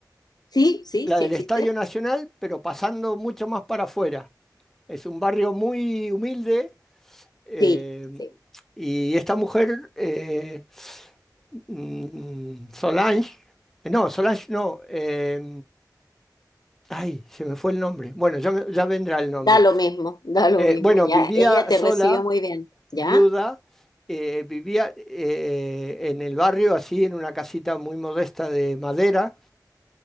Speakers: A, on the left; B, in the centre.
A: Sí, sí,
B: la
A: sí
B: del
A: existe.
B: Estadio Nacional, pero pasando mucho más para afuera. Es un barrio muy humilde eh,
A: Sí, sí.
B: y esta mujer, eh, mm, Solange, eh, no, Solange no, eh, ay, se me fue el nombre, bueno, ya, me- ya vendrá el nombre.
A: Da lo mismo, <laughs> da lo
B: Eh,
A: mismo.
B: bueno,
A: Ya,
B: vivía
A: ella te
B: sola
A: recibió muy bien, ¿ya?
B: viuda, eh, vivía eh, en el barrio, así, en una casita muy modesta de madera,